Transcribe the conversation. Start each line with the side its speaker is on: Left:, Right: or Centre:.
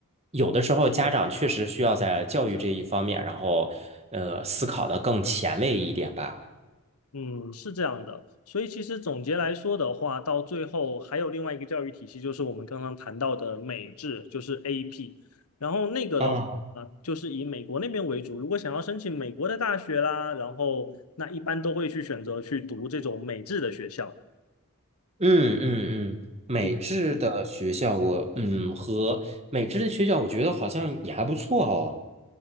Right: 有的时候家长确实需要在教育这一方面，然后呃，思考的更前卫一点吧。
Left: 嗯，是这样的，所以其实总结来说的话，到最后还有另外一个教育体系，就是我们刚刚谈到的美制，就是 a p 然后那个的话，
Right: 啊，
Left: 啊就是以美国那边为主。如果想要申请美国的大学啦，然后那一般都会去选择去读这种美制的学校。
Right: 嗯嗯嗯，美制的学校我，
Left: 嗯，
Right: 嗯和美制的学校，我觉得好像也还不错哦。